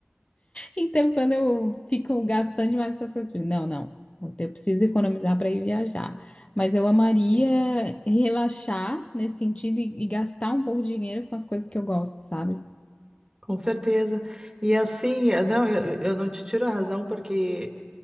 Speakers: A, on the left; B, on the right.
A: Então, quando eu fico gastando demais essas coisas, eu digo, não, não, eu preciso economizar para ir viajar. Mas eu amaria
B: Sim,
A: relaxar nesse sentido e, e gastar um pouco de dinheiro com as coisas que eu gosto, sabe?
B: Com certeza. E assim, eu- não, eu, eu não te tiro a razão, porque